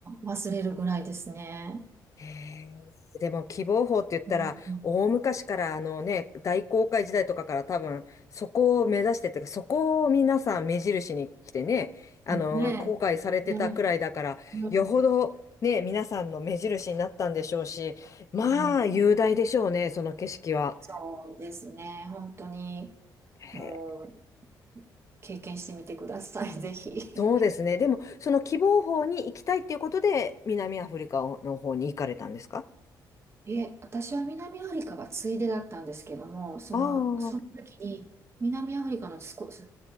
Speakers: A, on the right; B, on the left.
A: 忘れるぐらいですね。
B: へえでも希望法って言ったら大昔からあのね大航海時代とかから多分そこを目指してというかそこを皆さん目印に来てねあの航海されてたくらいだからよほどね皆さんの目印になったんでしょうしまあ雄大でしょうねその景色は。
A: うん。ねえ。ねえ。うん。うんそうですね。本当に、
B: へえ
A: もう、経験してみてください、ぜひ。
B: そうですねでもその希望法に行きたいっていうことで南アフリカの方に行かれたんですか
A: いえ、私は南アフリカがついでだったんですけども、その、
B: ああ、
A: その時に南アフリカの少し